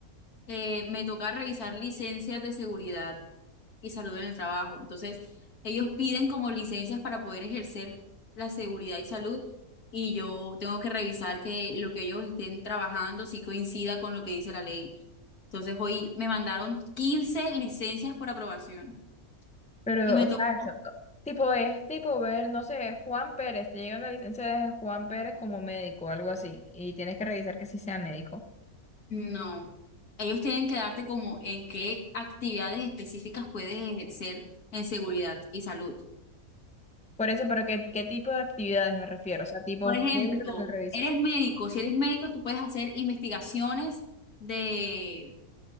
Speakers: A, on the left; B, in the centre.
A: Eh, me toca revisar licencias de seguridad. y salud en el trabajo. Entonces, ellos piden como licencias para poder ejercer la seguridad y salud y yo tengo que revisar que lo que ellos estén trabajando sí coincida con lo que dice la ley. Entonces, hoy me mandaron 15 licencias por aprobación
B: Pero,
A: y me
B: o
A: tocó,
B: sea, eso, co- tipo, es tipo ver, no sé, Juan Pérez, te llega una licencia de Juan Pérez como médico algo así, y tienes que revisar que sí sea médico.
A: no, ellos tienen que darte como en qué actividades específicas puedes ejercer en seguridad y salud.
B: Por eso, pero ¿qué, qué tipo de actividades me refiero? O sea, tipo,
A: Por ejemplo,
B: ¿qué es lo que me revisas?
A: eres médico, si eres médico, tú puedes hacer investigaciones de